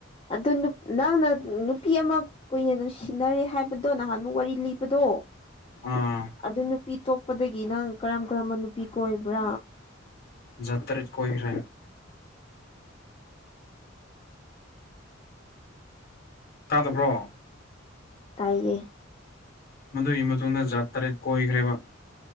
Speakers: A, on the left (about 30°); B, on the left (about 50°).
A: ꯑꯗꯨ ꯅꯪꯅ ꯅꯨꯄꯤ ꯑꯃ ꯀꯨꯏꯅ ꯅꯨꯡꯁꯤꯅꯔꯦ ꯍꯥꯏꯕꯗꯣ ꯅꯍꯥꯟꯃꯨꯛ ꯋꯥꯔꯤ ꯂꯤꯕꯗꯣ
B: ꯑꯥ
A: ꯑꯗꯨ ꯅꯨꯄꯤ ꯇꯣꯛꯄꯗꯒꯤ ꯅꯪ ꯀꯔꯝ ꯀꯔꯝꯕ ꯅꯨꯄꯤ ꯀꯣꯏꯕ꯭ꯔꯥ꯫
B: ꯖꯠꯇꯔ ꯀꯣꯍꯤꯔꯦ ꯇꯥꯗꯕ꯭ꯔꯣ
A: ꯇꯥꯏꯌꯦ
B: ꯃꯗꯨꯒꯤ ꯃꯇꯨꯡꯗ ꯖꯥꯠ ꯇꯔꯦꯠ ꯀꯣꯏꯈ꯭ꯔꯦꯕ